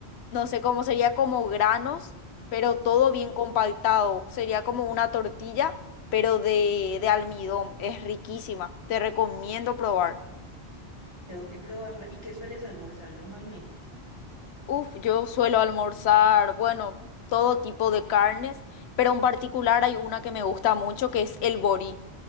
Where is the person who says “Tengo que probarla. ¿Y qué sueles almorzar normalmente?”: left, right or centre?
Left